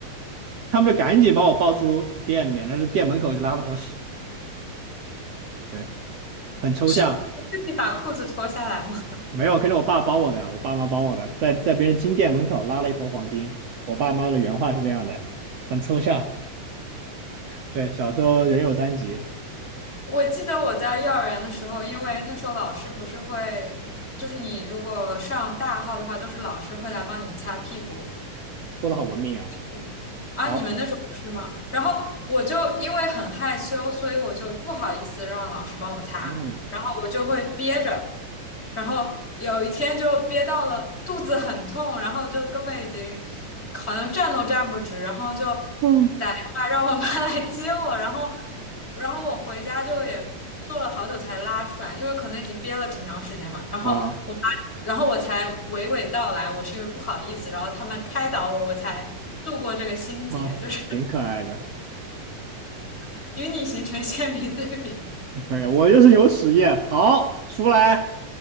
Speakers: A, on the right (about 55°); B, on the left (about 20°).
A: 他们就赶紧把我抱出店里面，但是店门口就拉了坨屎，对，很抽象。
B: <laughs> 是自己把裤子脱下来。吗？
A: 没有，肯定我爸帮我的，我爸妈帮我的，在在别人金店门口拉了一坨黄金。我爸妈的原话是这样的，很抽象。对，小时候人有三急，
B: 我记得我在幼儿园的时候，因为那时候老师不是会，就是你如果上大号的话，都是老师会来帮你擦屁股。
A: 说的好文明啊。
B: 嗯，啊，
A: 好，
B: 你们那时候不是吗？然后我就因为很害羞，所以我就不好意思让老师帮我擦，
A: 嗯
B: 然后我就会憋着，然后有一天就憋到了肚子很痛，然后就根本已经好像站都站不直，然后就
A: 嗯
B: 打电话让我妈来接我，然后。然后我回家就也做了好久才拉出来，因为可能已经憋了挺长时间嘛。然后我妈，
A: 啊
B: 然后我才娓娓道来，我是因为不好意思，然后他们开导我，我才度过这个心结，
A: 啊，
B: 就是
A: 挺可爱的，
B: <laughs> 与你形成鲜明对比。
A: 可以。我就是有屎液，好，出来。